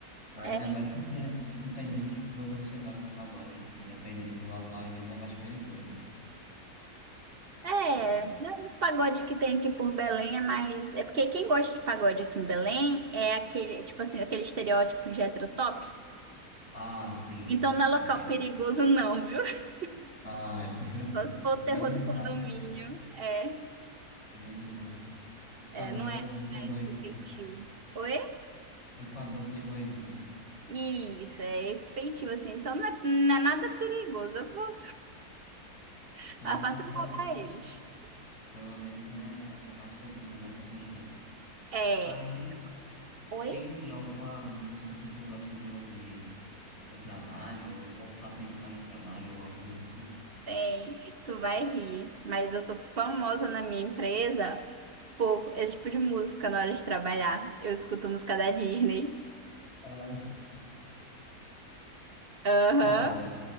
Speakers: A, on the left (about 45°); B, on the right (about 50°).
A: Ainda
B: É,
A: mais porque é, muitas vezes quando você vai pra pagode, assim, dependendo do local, às vezes é mais perigoso, né?
B: É,
A: Às vezes.
B: né, os pagodes que tem aqui por Belém é mais. É porque quem gosta de pagode aqui em Belém é aquele, tipo assim, aquele estereótipo de hétero top.
A: Ah, sim.
B: Então não é local
A: Entendo.
B: perigoso, não, viu? <laughs>
A: Ah, eu tô tranquilo.
B: Só se for o
A: Menos
B: terror do condomínio.
A: mal,
B: É,
A: menos mal. O padrão
B: é, não é, não
A: playboyzinho.
B: é esse feitio. Oi?
A: O padrão playboyzinho.
B: Isso, é esse feitio, assim. Então não é, não é nada perigoso. Eu vou- <laughs>
A: Então
B: eu
A: é mais,
B: faço
A: pelo
B: roubar
A: menos,
B: eles.
A: pelo menos é, é mais tranquilo nessa questão.
B: É.
A: Aí
B: Oi?
A: tem alguma música que tu gosta de ouvir no trabalho, ou, ou pra pensar em trabalho, alguma coisa do tipo?
B: Tem, tu vai rir, mas eu sou famosa na minha empresa por esse tipo de música na hora de trabalhar. Eu escuto música da Disney.
A: Ah,
B: Aham.
A: Qual, André?